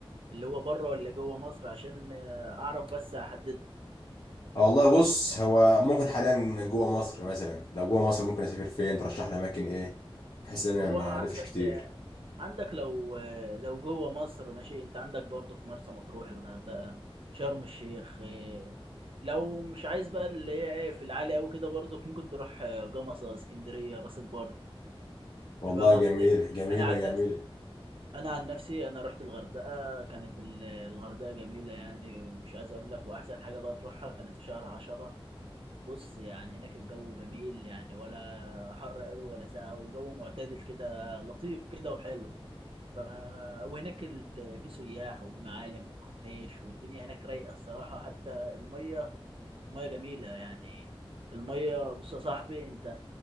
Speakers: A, on the right; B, on the left.
A: اللي هو بره ولا جوه مصر عشان آه، اعرف بس احدد لك
B: آه والله بص هو ممكن حاليا جوه مصر مثلا لو جوه مصر ممكن اسافر فين ترشح لي اماكن ايه بحيث ان انا
A: هو
B: ما
A: عندك
B: الفش كتير
A: عندك لو آه، لو جوه مصر ماشي انت عندك برضو في مرسى مطروح الغردقة شرم الشيخ آه، لو مش عايز بقى اللي هي ايه في العالي قوي كده برضو ممكن تروح آه، جمصة اسكندرية راس البر
B: والله
A: انت فاهم
B: جميل
A: قصدي يعني
B: جميله
A: انا عن
B: جميله
A: نفسي انا عن نفسي انا رحت الغردقه كانت ال- الغردقه جميله يعني ومش عايز اقول لك واحسن حاجه بقى تروحها كانت في شهر عشرة بص يعني هناك الجو جميل يعني ولا حر قوي ولا ساقع وجو معتدل كده لطيف كده وحلو ف... وهناك ال... في سياح وفي معالم وكورنيش والدنيا هناك رايقه الصراحه حتى الميه الميه جميله يعني الميه بص يا صاحبي انت